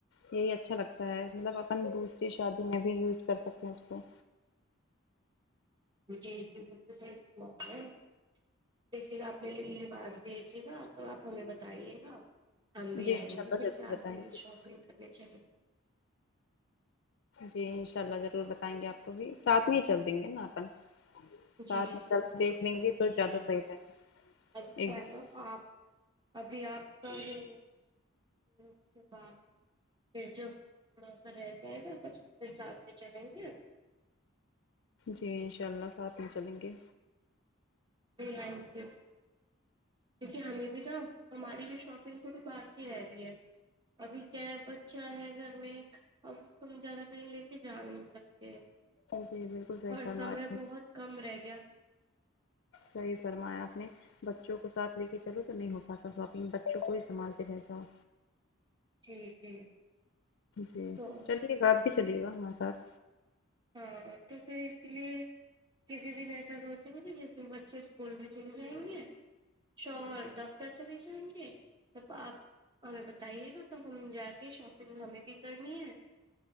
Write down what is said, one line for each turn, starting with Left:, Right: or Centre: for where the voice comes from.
Left: یہی اچھا لگتا ہے مطلب اپن دوس شادیوں میں بھی یوز کر سکتے ہیں اس کو
Right: جی جی بالکل صحیح فرما رہے ہو تو پھر آپ نے لی بھی لباس لیجیے گا تو آپ ہمیں بتائیے گا ہم بھی
Left: جی
Right: آئیں
Left: انشاء
Right: گے
Left: اللہ
Right: پھر
Left: ضرور
Right: ساتھ
Left: بتائیں
Right: میں
Left: گے
Right: ہی شاپنگ کرنے چلیں
Left: جی ان شاء اللہ ضرور بتائیں گے آپ کو بھی ساتھ میں ہی چل دیں گے نا اپن ساتھ
Right: جی
Left: میں
Right: جی
Left: چل
Right: بالکل
Left: دیکھ لیں
Right: ساتھ
Left: گے
Right: میں
Left: تو
Right: چلے
Left: زیادہ صحیح
Right: گے
Left: رہے گا
Right: ابھی
Left: ایک
Right: پہنو
Left: دوسرے
Right: آپ ابھی آپ کا وہ وہ اس کے بعد پھر جب تھو ڑا سا رہ جائے گا سب پھر ساتھ میں چلیں گے
Left: جی ان شاء اللہ ساتھ میں چلیں گے
Right: جی آئیںگے دیکھئے ہمیں بھی تو ہماری بھی شاپنگ تھوڑی باقی رہ گئی ہے ابھی کیا ہے بچہ ہے گھر میں اب تم زیادہ کہیں لے کے جا نہیں سکتے
Left: جی بالکل صحیح
Right: اور
Left: فرمارہی
Right: سمے
Left: ہے
Right: بہت کم رہ گیا
Left: صحیح فرمایا آپ نے بچوں کو سا تھ لے کے چلو تو نہیں ہو پاتا ساپنگ بچوں کو ہی سنبھالتے رہ جاؤ
Right: جی جی
Left: جی
Right: تو
Left: چلیے گا آپ بھی چلیے گا ہمارے ساتھ
Right: ہاں تو پھر اس لیے کسی دن ایسا سوںچے گے کہ جس دن بچے اسکول میں چلے جائیں گے شور دفتر چلے جائیں گے تب آپ ہمیں بتائیے گا تو ہم جا کے شاپنگ ہمیں بھی کرنی ہے